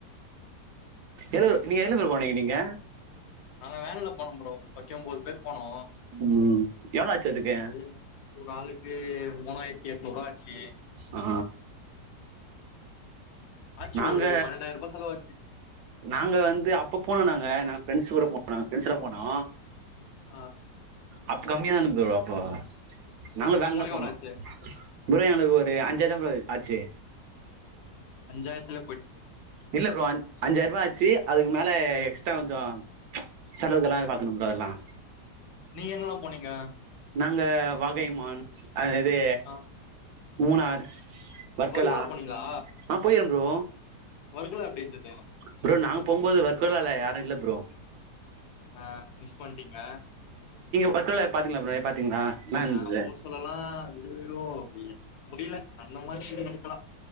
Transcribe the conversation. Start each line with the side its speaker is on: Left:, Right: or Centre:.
Right: எது நீங்க எதுல ப்ரோ போனீங்க நீங் க
Left: நாங்க வேனுல போனோ ப்ரோ ஒரு பத்தொம்போது பேர் போனோ
Right: ம் எவ்ளோ ஆச்சு அதுக்கு
Left: அது ஒரு ஆளுக்கு மூவாயிரத்தி எட்நூறு ரூவா ஆச்சு
Right: ஆ
Left: ஆச்சு
Right: நாங்க
Left: ஒரு பன்னெண்டாயிர ரூபா செலவாச்சு
Right: நாங்க வந்து அப்ப போனோ நாங்க நா ஃப்ரண்ட்ஸ் கூட போனோ ஃப்ரெண்ட்ஸல்லா போனோ
Left: ஆ
Right: அப்ப கம்மியா இருந்துது ப்ரோ அப்போ நாங்களு வேன்லதா
Left: உங்களுக்கு
Right: போனோ
Left: எவ்ளோ ஆச்சு
Right: ப்ரோ எனக்கு ஒரு அஞ்சாயரந்தா ப்ரோ ஆச்சு
Left: அஞ்சாயரத்துல
Right: இல்ல ப்ரோ அஞ் அஞ்சாயர்ரூபா ஆச்சு அதுக்கு மேல எக்ஸ்ட்ரா கொஞ்சோ செலவுக்கெல்லா அது பாத்துக்கணு ப்ரோ எல்லா <inaudible>
Left: நீ எங்கெல்லாம் போனீங்க
Right: அந்த வகைமான் அது
Left: ஆ
Right: மூணார் வர்க்கலா
Left: வர்கலா போனீங்களா
Right: அ போயிரன் ப்ரோ
Left: வர்கலா எப்டி இருந்து
Right: ப்ரோ நாங்க போம்போது வர்க் கலல யாரு இல்ல ப்ரோ
Left: அ பண்ட்டீங்க
Right: பர்கலா பாத்தீங்களா ப்ரோ பாத்தீங்களா நல்லா இருந்தது
Left: அ போ சொல்லலா அய்யயோ அப்டி முடியல அந்த மாரி <unintelligible> தா